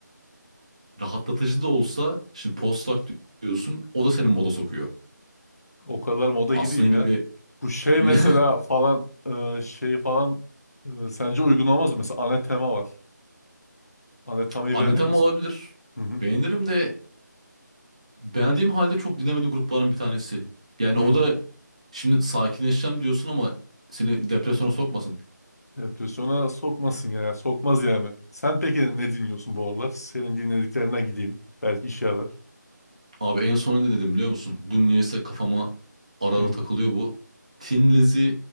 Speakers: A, on the right; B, on the left.
A: rahatlatıcı da olsa şimdi postdoc diyorsun o da senin moda sokuyor.
B: O kadar moda
A: Aslında
B: gideyim
A: yine
B: ya.
A: bir
B: Bu şey
A: yine
B: mesela falan e, şey falan e, sence uygun olmaz mı? Mesela Anatema var. Anatema'yı
A: <laughs> Anatem
B: beğenir misin?
A: olabilir.
B: Hı hı.
A: Beğenirim de beğendiğim halde çok dinlemediğim grupların bir tanesi. Yani
B: Hı.
A: o da şimdi sakinleşeceğim diyorsun ama seni depresyona sokmasın.
B: Depresyona sokmasın ya. Sokmaz yani. Sen peki ne dinliyorsun bu aralar? Senin dinlediklerinden gideyim. Belki işe yarar.
A: Abi en son ne dinledim biliyor musun? Dün niyeyse kafama ara
B: Hı.
A: ara takılıyor bu. Tin Lizzy